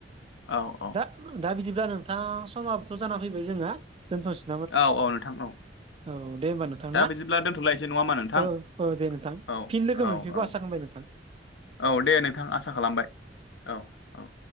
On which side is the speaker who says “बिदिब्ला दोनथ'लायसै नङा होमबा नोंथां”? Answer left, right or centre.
Left